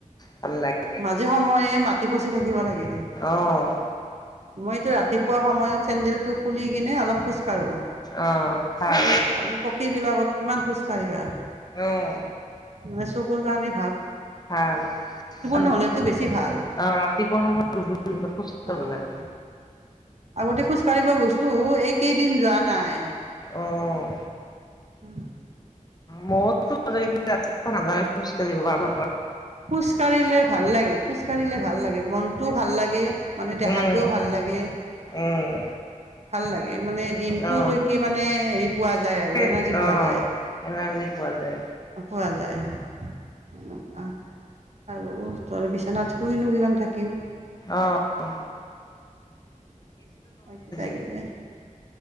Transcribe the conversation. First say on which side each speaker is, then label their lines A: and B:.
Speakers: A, on the left; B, on the right.
A: ভাল লাগে
B: মাজে সময়ে মাটি খচি থাকিব লাগে
A: অ',
B: মইতো ৰাতিপুৱা সময়ত চেন্দেলটো খুলি কিনে অলপ খোজকাঢ়োঁ
A: অ', ভাল
B: আৰু এই পকীবিলাকত কিমান খো খোজকাঢ়িবা।
A: অহ
B: মানে চকুৰ কাৰনে
A: ভাল আৰু
B: নহ'লেতো
A: অ
B: বেছি ভাল।
A: ৰাতিপুৱা সময়ত ব খোজ তই
B: অ'
A: গলে
B: আগতে খোজ কাঢ়িব গৈছো এই কেইদিন যোৱা নাই।
A: অ', অ',
B: উম
A: মোৰ তো ৰাতি ভাল নমস্কাৰ বাব
B: খোজ কাঢ়িলে ভাল লাগে খোজকাঢ়িলে ভাল লাগে মনটোও ভাল লাগে মানে
A: লাগে
B: দেহাটোও
A: উম
B: ভাল লাগে
A: উম
B: ভাল লাগে মানে দিনটোলৈকে
A: অহ
B: মানে হেৰি। পোৱা যায় আৰু
A: সেই
B: এনাৰজী
A: অহ
B: পোৱা যায়।
A: এনাৰ্জি পোৱা যায়।
B: পোৱা যায় এনেকুৱা আৰু ধৰ বিচনাত শুইনো কিমান থাকিম?
A: অ' অ'।
B: কিবা
A: <unintelligible>
B: কিবি